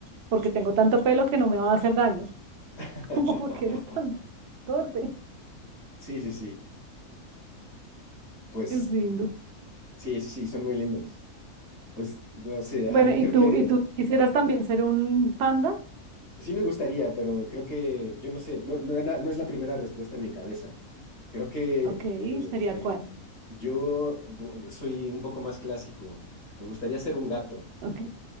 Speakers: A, on the right; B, on the left.
A: porque tengo tanto pelo que no me va a hacer daño.
B: <laughs>
A: <laughs> Como porque eres tan torpe.
B: Sí, sí, sí. Pues
A: Es lindo.
B: sí, sí, sí, son muy lindos. Pues no sé,
A: Bueno,
B: a mí
A: ¿y
B: creo
A: tú,
B: que
A: y tú quisieras también ser un panda?
B: sí me gustaría, pero creo que yo no sé, no, no, era- no es la primera respuesta en mi cabeza. Creo que
A: Ok,
B: eh,
A: ¿sería
B: eh,
A: cuál?
B: yo bu- soy un poco más clásico. Me gustaría ser un gato.
A: Ok.